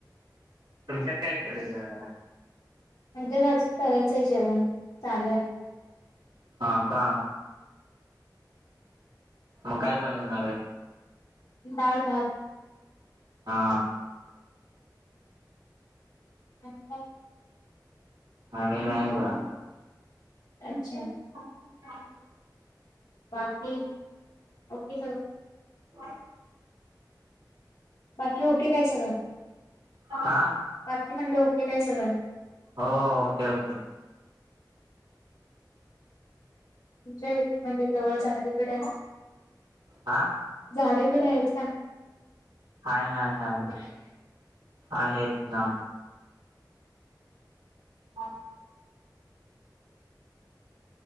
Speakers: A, on the right (about 80°); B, on the left (about 70°).
A: तुमच्यात काय केलं जेवायला?
B: म्हणजेच अजून करायचंय जेवण चालूय.
A: हा का मग काय बनवनार आहे?
B: डाळ, भात
A: हा
B: आणि काय
A: आणि नाही काय
B: अच्छा
A: <inaudible>
B: बाकी ओके सगळं,
A: वा <unintelligible>
B: बाकी ओके काय सगळं
A: हा
B: बाकी म्हणलं ओके, काय सगळं
A: हो ओके ओके
B: तुमच्या येथे म्हणजे जवळच सगळीकडे
A: हा
B: झाडे बिडे आहेत ना
A: हाय हाय हाय आहेत ना अच्छा